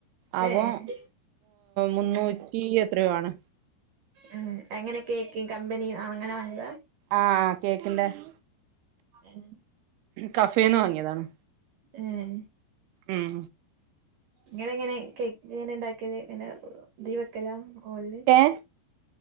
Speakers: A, on the right; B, on the right.
A: അപ്പം
B: ഏഹ്
A: മുന്നൂറ്റി എത്ര രൂപ ആണ്
B: ഉം എങ്ങനെ കേക്ക കമ്പനി അങ്ങനെ വത്
A: ആഹ കേക്കിണ്ട ഉം
B: ഏ
A: കഫേന്ന് വാങ്ങിയതാണ്
B: ഉം
A: ഉം
B: നിങ്ങ എങ്ങനെ എങ്ങനെ ഉണ്ടാക്കിയല് ഇങ്ങനെ ദീപക്കല ഹോല്
A: ഏഹ്